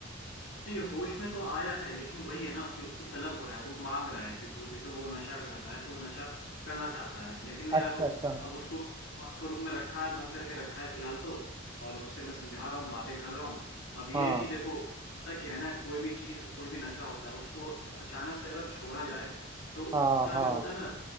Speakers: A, on the left (about 80°); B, on the right (about 20°).
A: नहीं होश में तो आया है लेकिन वही है ना कि उसको तलब हो रहा है वो मांग रहा है कि वो जैसे वो नशा करता है तो वो नशा करना चाहता है लेकिन वो यार
B: अच्छा
A: वो-
B: अच्छा
A: अब उसको उसको रूम में रखा है बंद करके रखा है फिलहाल तो और उससे मैं समझा रहा हूँ बातें कर रहा हूँ अब ये
B: हाँ
A: है कि देखो होता क्या है ना कोई भी चीज कोई भी नशा होता है उसको अचानक से अगर छोड़ा जाए तो
B: हाँ
A: उसका
B: हाँ
A: जो होता है ना